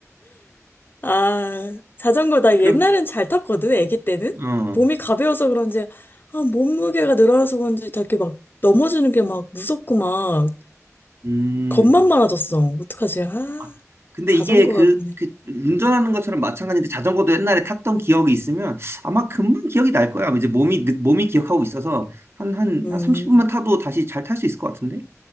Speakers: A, on the left; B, on the right.
A: 아, 자전거 나
B: 그럼
A: 옛날엔 잘 탔거든, 아기 때는.
B: 어
A: 몸이 가벼워서 그런지, 아, 몸무게가 늘어나서 그런지 다 이렇게 막 넘어지는 게 막 무섭고 막
B: 음.
A: 겁만 많아졌어. 어떡하지? 아,
B: 아, 근데
A: 자전거가
B: 이게 그,
A: 그러네.
B: 그 운전하는 것처럼 마찬가지인데 자전거도 옛날에 탔던 기억이 있으면 아마 금방 기억이 날 거야. 이제 몸이 느- 몸이 기억하고 있어서 한, 한,
A: 음.
B: 한 30분만 타도 다시 잘 탈 수 있을 것 같은데?